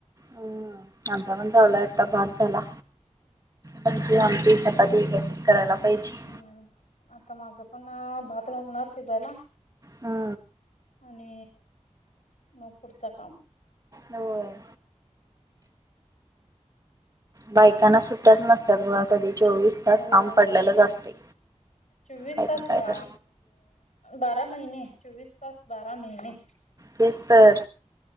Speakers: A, on the right; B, on the left.
A: हम्म आमचा पण चालु आहे आता भात झाला. भाजी, आमटी, चपाती. करायला पाहिजे
B: हम्म आता माझं पण भात घालणार शिजायला.
A: हो
B: आणि मग पुढच काम.
A: होय. बायकांना सुट्याच नसत्यात बगा कधी चोवीस तास
B: होय
A: काम
B: होय
A: पडलेलंच असते.
B: चोवीस
A: काय
B: तास
A: तर काय
B: का
A: तर
B: बारा महिने चोवीस तास बारा महिने.
A: तेच तर.